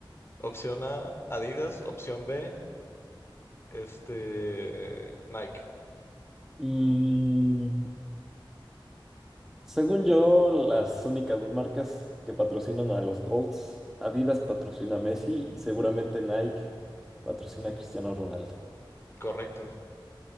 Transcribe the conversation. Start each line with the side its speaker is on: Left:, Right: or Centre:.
Left: opción A, Adidas, opción B, este, Nike.
Centre: Mm, según yo, las únicas dos marcas que patrocinan a los GOATs, Adidas patrocina a Messi y seguramente Nike patrocina a Cristiano Ronaldo.
Left: Correcto.